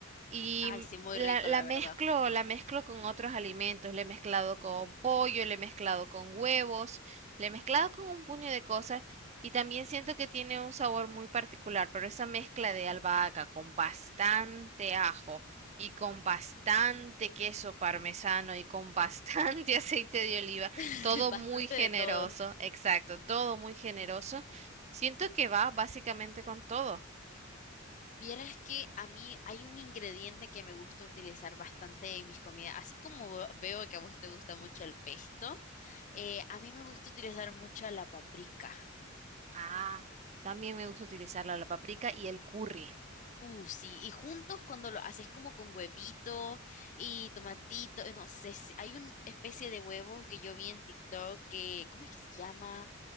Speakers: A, on the right (about 35°); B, on the left (about 35°).
A: Y
B: Ay, sí, muy
A: la,
B: rico,
A: la
B: la verdad.
A: mezclo, la mezclo con otros alimentos. Le he mezclado con pollo, le he mezclado con huevos, le he mezclado con un puño de cosas. Y también siento que tiene un sabor muy particular, pero esa mezcla de albahaca con bastante ajo y con bastante queso parmesano y con bastante <laughs> aceite de oliva,
B: <laughs>
A: todo
B: Bastante
A: muy generoso,
B: de todo.
A: exacto, todo muy generoso. Siento que va básicamente con todo.
B: Vieras que a mí hay un ingrediente que me gusta utilizar bastante en mis comidas, así como veo que a vos te gusta mucho el pesto, eh, a mí me gusta utilizar mucho la paprika.
A: Ah, también me gusta utilizarla la la paprika y el curry.
B: Uh, sí, y juntos cuando lo haces como con huevito y tomatito, eh, no sé, si- hay una especie de huevo que yo vi en TikTok que, ¿cómo es que se llama?